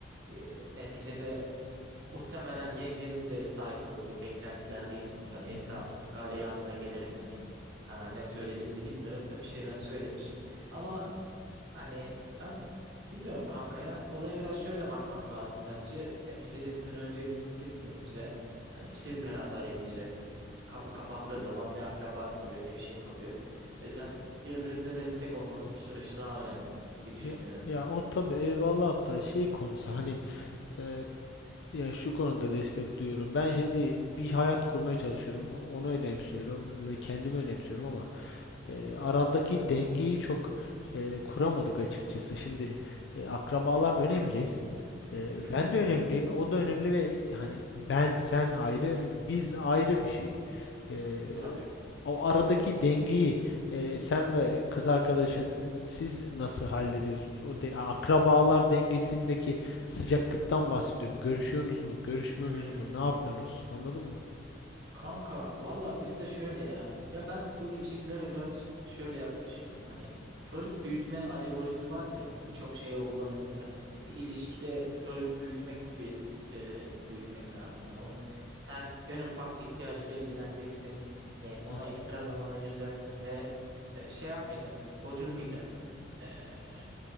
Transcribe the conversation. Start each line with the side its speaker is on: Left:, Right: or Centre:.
Right: e, neticede muhtemelen yengenin de sahip olduğu beklentiler değil bunlar. Hani
Left: Hı
Right: etrafın
Left: hı.
Right: galeyanına gelerek hani sana ne söylediğini de bilmiyorum da bir şeyler söylemiş. Ama Hani ben bilmiyorum kankaya. Olaya biraz şöyle bakmak lazım bence. Neticede sizin önceliğiniz sizsiniz ve hani siz beraber yaşayacaksınız. Kapı kapandığı zaman ne akraba kalıyor ne bir şey kalıyor. O yüzden birbirinize destek olmanız bu süreçte daha önemli gibi düşünüyorum.
Left: Ya, ya o tabii eyvallah hatta şey konusu hani e, Ya şu konuda destek duyuyorum. Ben şimdi bir hayat kurmaya çalışıyorum. Onu önemsiyorum ve kendimi önemsiyorum ama e, aradaki dengeyi çok e, kuramadık açıkçası. Şimdi e, akrabalar önemli. E,
Right: <laughs>
Left: ben de önemliyim. O da önemli ve e, hani ben sen ayrı, biz ayrı bir şey. Eee,
Right: Tabii.
Left: o aradaki dengeyi eee, sen ve kız arkadaşın e, siz nasıl hallediyorsunuz? O de, akrabalar dengesindeki sıcaklıktan bahsediyorum. Görüşüyorsunuz mu? Görüşmüyorsunuz
Right: Hmm.
Left: mu? Ne yapıyorsunuz? Anladın mı?
Right: Kanka valla bizde şöyle ya. Ya ben bu ilişkilere biraz şöyle yaklaşıyorum hani. Çocuk büyütme alegorisi vardır ya. Bu birçok şeye uygulanabilir hani. Bir ilişkide çocuk büyütmek gibi e, büyütmek lazım. Yani onun her en ufak ihtiyacıyla ilgileneceksin. Hani ona
Left: Hı hı.
Right: ekstra zaman ayıracaksın ve e, şey yapmayacaksın. Hani gocunmayacaksın. E,